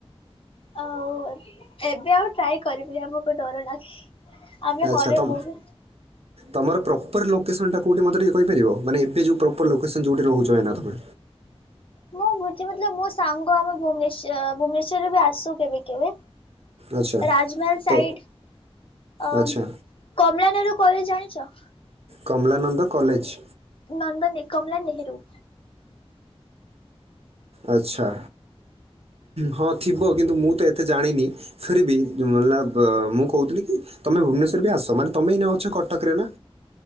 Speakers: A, on the left; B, on the right.
A: ଆ ଆଉ ଏବେ ଆଉ ଟ୍ରାଏ କରିବି ଆମକୁ ଡର ଲାଗେ। ଆମେ
B: ଆଚ୍ଛା
A: ହରର
B: ତମ
A: ମୁଭି
B: ତମର ପ୍ରପର ଲୋକେସନ୍ ଟା କୋଉଠି ମତେ ଟିକେ କହିପାରିବ। ମାନେ ଏବେ ଯୋଉ ପ୍ରପର ଲୋକସନ୍ ଯୋଉଠି ରହୁଚ ଏଇ ନା ତମେ।
A: ମୁଁ କହୁଚି ମତଲବ ମୋ ସାଙ୍ଗ ଆମେ ଭୁବନେଶ୍ୱର୍ ଭୁବନେଶ୍ଵରରେ ବି ଆସୁ କେବେ କେବେ।
B: ଆଚ୍ଛା
A: ରାଜମହଲ
B: ତ
A: ସାଇଡ। ଅ
B: ଆଚ୍ଛା
A: କମଳା ନେହେରୁ କଲେଜ ଜଣିଛ?
B: କମଲାନନ୍ଦ କଲେଜ୍?
A: ନନ୍ଦ ନାଇଁ କମଲା ନେହେରୁ।
B: ଆଚ୍ଛା ହଁ ଥିବ କିନ୍ତୁ ମୁଁ ତ ଏତେ ଜାଣିନି ଫେର ବି ମଲବ୍ ମୁଁ କହୁଥିଲି କି ତମେ ଭୁବନେଶ୍ଵର ବି ଆସ ମାନେ ଏଇନେ ଅଛ କଟକରେ ନା?